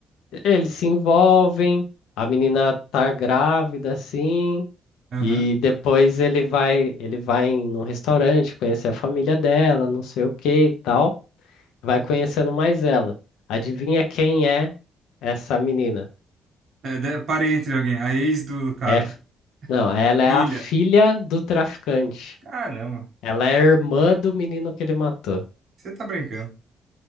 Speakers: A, on the left (about 85°); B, on the right (about 60°).
A: Eles se envolvem, a menina tá grávida, assim.
B: Aham.
A: E depois ele vai, ele vai em um restaurante conhecer a família dela, não sei o que e tal. Vai conhecendo mais ela. Adivinha quem é essa menina?
B: É, de- parente de alguém, a ex do do cara.
A: É, f- não, ela
B: Filha.
A: é a filha do traficante.
B: Caramba,
A: Ela é a irmã do menino que ele matou.
B: você tá brincando.